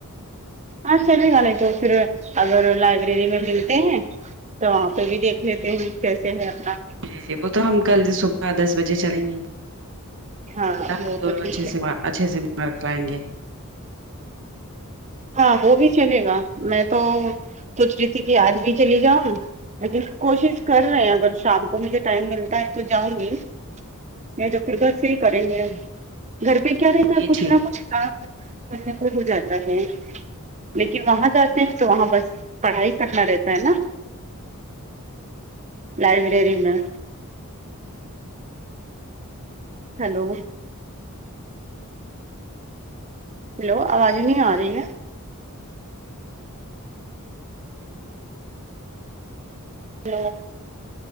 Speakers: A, on the right; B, on the right.
A: ہاں چلے گا نہیں تو پھر اگر لائبریری میں ملتے ہیں تو وہاں پہ بھی دیکھ لیتے ہیں کیسے ہے اپنا
B: جی جی وہ تو ہم کل صبح دس بجے چلیں گے
A: ہاں
B: اللہ
A: وہ
B: ہم دونوں
A: تو ٹھیک
B: اچھے
A: ہے
B: سے اچھے سے مارک لایںگے
A: ہاں وہ بھی چلے گا میں تو سوچ رہی تھی کہ آج بھی چلی جاؤ لیکن کوشش کر رہے ہیں اگر شام کو مجھے ٹائم ملتا ہے تو جاؤں گی نہیں تو پھر سے ہی کریں گے ہم گھر پہ کیا رہتا ہے
B: یہ
A: کچھ
B: ٹھیک
A: نہ کچھ کام کرنے کو ہو جاتا ہے لیکن وہاں جاتے ہیں تو وہاں بس پڑھائی کرنا رہتا ہے نا لائبریری میں ہیلو ہیلو آواز نہیں آ رہی ہے
B: اسڈی ب
A: ہیلو